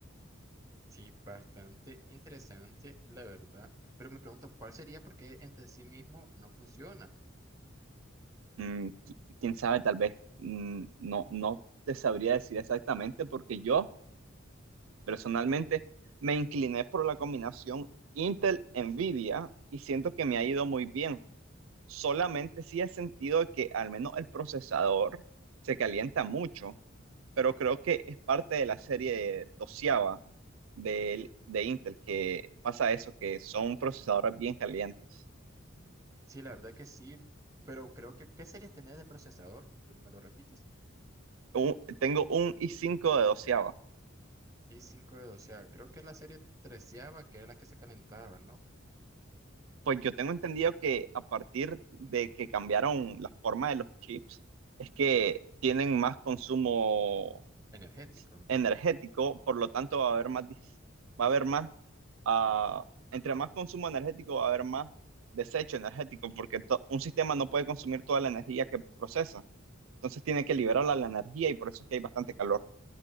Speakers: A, on the right (about 15°); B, on the right (about 75°).
A: Sí, bastante interesante, la verdad. Pero me pregunto, ¿cuál sería por qué entre sí mismo no funcionan?
B: Mm, qui- quién sabe, tal vez mm, no, no te sabría decir exactamente porque yo personalmente me incliné por la combinación Intel-NVIDIA y siento que me ha ido muy bien. Solamente sí he sentido que al menos el procesador se calienta mucho, pero creo que es parte de la serie doceava de, de Intel que pasa eso, que son procesadores bien calientes.
A: Sí, la verdad que sí, pero creo que ¿qué sería tener de procesador? ¿Me lo repites?
B: Un- tengo un i cinco de doceava.
A: Y 5 de doceava. Creo que es la serie treceava, que era la que se calentaba, ¿no?
B: Pues yo tengo entendido que a partir de que cambiaron la forma de los chips, es que tienen más consumo
A: Energético.
B: energético, por lo tanto va a haber más, dis- va a haber más ah, entre más consumo energético va a haber más desecho energético, porque to- un sistema no puede consumir toda la energía que procesa. Entonces tiene que liberarla la energía y por eso es que hay bastante calor.